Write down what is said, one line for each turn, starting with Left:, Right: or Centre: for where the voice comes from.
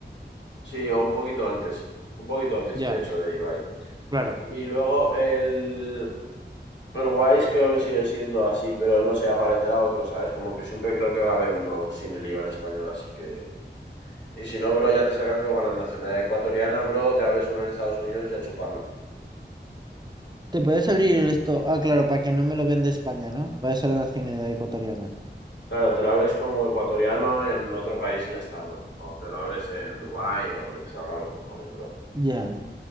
Left: Sí, o un poquito antes, un poquito antes
Right: Ya,
Left: de hecho de Ibai.
Right: claro.
Left: Y luego el, Uruguay creo que sigue siendo así, pero no sé, aparecerá otro, ¿sabes? Como que siempre creo que va a haber uno sin el IVA en español, así que... Y si no, bro, ya te sacas luego la nacionalidad ecuatoriana, bro, te abres uno en Estados Unidos y a chuparla.
Right: ¿Te puedes abrir esto? Ah, claro, para que no me lo venda España, ¿no? Va a ser la nacionalidad ecuatoriana.
Left: Claro, te lo abres como ecuatoriano en otro país y ya está, bro. O te lo abres en Dubái o lo que te salga a los cojones, bro.
Right: Ya.